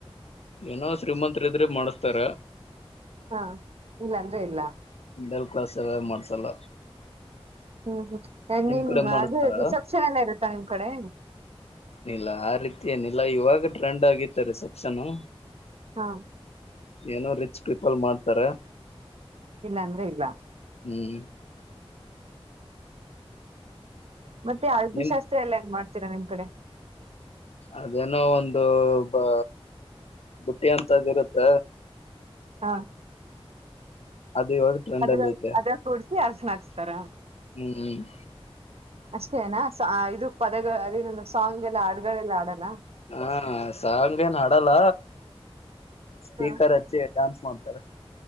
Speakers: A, on the left; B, on the right.
A: ಏನೋ ಶ್ರೀಮಂತ ಇದ್ರೆ ಮಾಡಸ್ತಾರೆ
B: ಹಾ ಇಲ್ಲ ಅಂದ್ರೆ ಇಲ್ಲ
A: ಮಿಡಲ್ ಕ್ಲಾಸ್ ಎಲ್ಲ ಮಾಡ್ಸಲ್ಲ
B: ಹ್ಮ ಹ ಹ ನಿಮ್
A: ಕಡೆ ಮಾಡಿಸತಾರ
B: ಅದು ರಿಸೆಪ್ಷನ್ ಎಲ್ಲ ಇರುತ್ತಾ ನಿಮ್ ಕಡೆ
A: ಇಲ್ಲ ಆ ರೀತಿ ಏನಿಲ್ಲ ಇವಾಗ ಟ್ರೆಂಡ್ ಆಗಿತ್ತ ರಿಸೆಪ್ಷನು
B: ಹಾ
A: ಏನೋ ರಿಚ್ ಪೀಪಲ್ ಮಾಡ್ತಾರೆ
B: ಇಲ್ಲ ಅಂದ್ರೆ ಇಲ್ಲ
A: ಹ್ಮ್
B: ಮತ್ತೆ ಹಾಲ್ದಿಶಾಸ್ತ್ರ
A: ನಿಮ್
B: ಎಲ್ಲ ಏನ್ ಮಾಡ್ದ ತಿರ ನಿಮ್ ಕಡೆ
A: ಅದೇನೋ ಒಂದು ಬ ಬುಟ್ಟಿ ಅಂತದ್ ಇರುತ್ತ
B: ಹಾ
A: ಅದು ಇವಾಗ ಟ್ರೆಂಡ್
B: ಅದ್ರ
A: ಅಲ್ಲಿ ಐತೆ
B: <inaudible>
A: ಹ್ಮ್
B: ಅಷ್ಟೇನಾ ಸಾ ಇದು ಪದಗಳ ಅರಿನನು ಸಾಂಗ್ ಎಲ್ಲ ಆಡ್ಗಳೆಲ್ಲ ಆಡಲ್ಲ
A: ಹಾ ಸಾಂಗ ಏನ್ ಆಡಲ್ಲ ಸ್ಪೀಕರ್
B: ಹ
A: ಹಚ್ಚೇ ಡಾನ್ಸ್ ಮಾಡತ <unintelligible>